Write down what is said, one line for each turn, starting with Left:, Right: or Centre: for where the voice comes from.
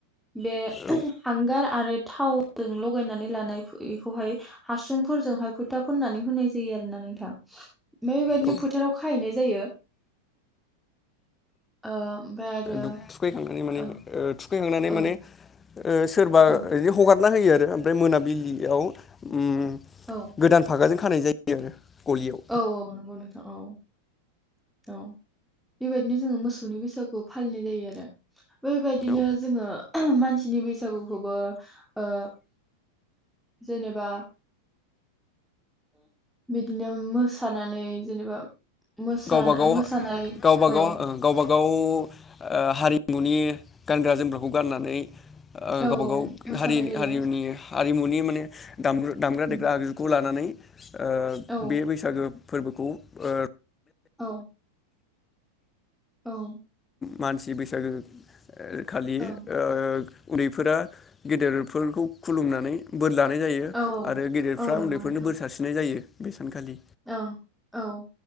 Centre: बे
Left: औ
Centre: हांगार आरो थावजों लगायनानै लानाय एखौहाय हासुंफोरजोंहाय फोथा फनानै होनाय जायो आरो ना नोंथां ओमफाय बेबायदिनो
Left: औ
Centre: फोथाराव खाहैनाय जायो ओ ओमफ्राय आरो
Left: थुखैखांनानै माने
Centre: ओ,
Left: थु थखैहांनानै
Centre: औ
Left: माने सोरबा
Centre: औ
Left: जि हगार ना होयो आरो ओमफ्राय मोनाबि औ ओम ओम
Centre: औ
Left: गोदान फागाजों खानाय जायो गलियाव
Centre: औ औ नंगौ नोंथां औ औ बेबायदिनो जोङो मोसौनि बैसागु फालिनाय जायो आरो बेबायदिनो
Left: औ
Centre: जोङो मानसिनि बैसो सागुखौबो ओ जेनेबा बिद नोम मोसानानै जेनेबा मोसाना
Left: गावबागाव
Centre: मोसानाय
Left: गावबागाव
Centre: औ
Left: गावबागाव ओ हारिमुनि गानग्रा जोमग्राखौ गाननानै
Centre: औ
Left: गावबा गाव
Centre: मोसानाय
Left: हारिनि
Centre: जायो
Left: हारिनि हारिमुनि माने दाम दामग्रा
Centre: उम,
Left: देग्रा आगजुखौ लानानै ओ
Centre: औ
Left: बे बैसागो बोखौ ओ
Centre: औ औ
Left: मानसि बैसागो खालि
Centre: ओं
Left: ओग उन्दैफोरा गेदेरफोरखौ खुलुमनानै बोर लानाय जायो
Centre: औ
Left: आरो गेदेरफ्रा
Centre: औ नंगौ
Left: उन्दैफोरनो
Centre: नोंथां
Left: बोर सारसि्नाय जायो सानखालि
Centre: ओं औ